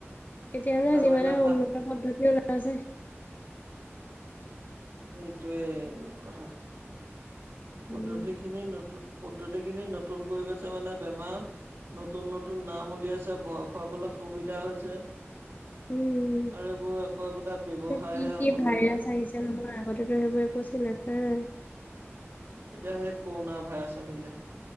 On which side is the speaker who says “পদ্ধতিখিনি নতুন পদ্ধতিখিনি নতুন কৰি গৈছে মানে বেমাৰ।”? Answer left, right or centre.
Right